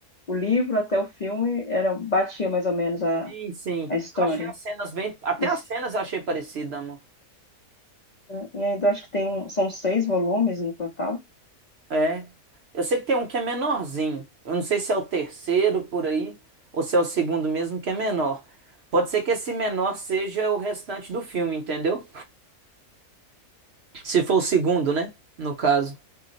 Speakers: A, on the left; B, on the right.
A: o livro até o filme era batia mais ou menos a,
B: sim, sim.
A: a história.
B: Eu achei as cenas bem. Até
A: E, s-
B: as cenas eu achei parecida, amor.
A: né, e ainda acho que tem um, são seis volumes no total.
B: É. Eu sei que tem um que é menorzinho. Eu não sei se é o terceiro por aí, ou se é o segundo mesmo que é menor. Pode ser que esse menor seja o restante do filme, entendeu? Se for o segundo, né? No caso.